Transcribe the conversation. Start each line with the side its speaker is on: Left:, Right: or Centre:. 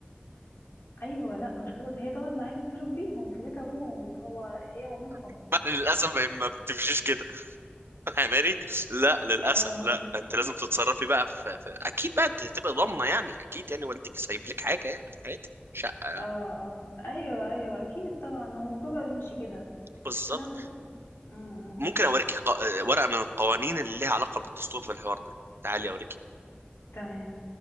Left: ايوه لا مش قصه هي تقعد معاهم تربيهم في بيت ابوهم اللي هو هي مامتهم
Right: <laughs> للاسف ما ما بتمشيش كده <laughs> فاهماني لا للاسف
Left: اه
Right: لا انت لازم تتصرفي بقى في... في... اكيد بقى انت هتبقى ضامنه يعني اكيد يعني والدك سايب لك حاجه يعني في حياتك شقه
Left: اه اه ايوه ايوه اكيد طبعا ما هو الموضوع بقى بيمشي كده
Right: بالظبط
Left: فانا م- م.
Right: ممكن اوريكي ق... ورقه من القوانين اللي ليها علاقه بالدستور في الحوار ده تعالي اوريكي
Left: تمام